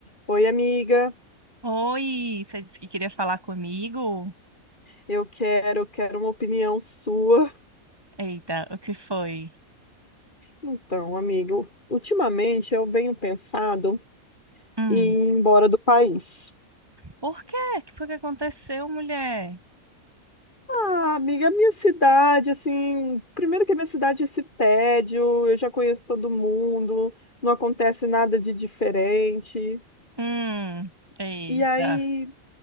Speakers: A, on the left; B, on the right.
A: Oi, amiga.
B: Oi, você disse que queria falar comigo?
A: Eu quero, quero uma opinião sua.
B: Eita, o que foi?
A: Então, amigo, ultimamente eu venho pensando
B: Hum,
A: em ir embora do país.
B: por quê? O que foi que aconteceu, mulher?
A: Ah, amiga, minha cidade, assim, primeiro que a minha cidade é esse tédio, eu já conheço todo mundo, não acontece nada de diferente.
B: Hum, eita.
A: E aí,